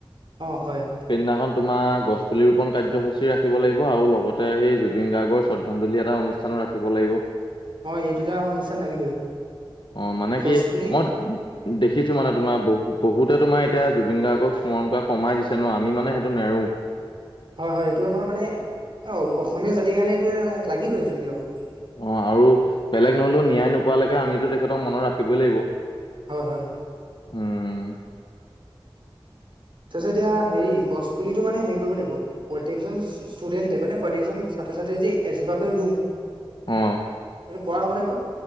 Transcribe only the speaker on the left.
সেইদিনাখন তোমাৰ গছপুলি ৰোপন কাৰ্যসূচী ৰাখিব লাগিব আৰু লগতে সেই জুবিন গাৰ্গৰ শ্ৰদ্ধাঞ্জলি এটা অনু- স্থানো, ৰাখিব লাগিব।
অঁ' মানে
কি মই দেখিছোঁ, মানে তোমাৰ বহুত- বহুতে তোমাৰ এতিয়া জুবিন গাৰ্গক স্মৰণ কৰা কমাই দিছে ন আমি মানে সেইটো নেৰোঁ।
অঁ', আৰু বেলেগ নহ'লেও ন্যায় নোপোৱালৈকে আমিতো তেখেতক মনত ৰাখিবই লাগিব।
উম
অঁ'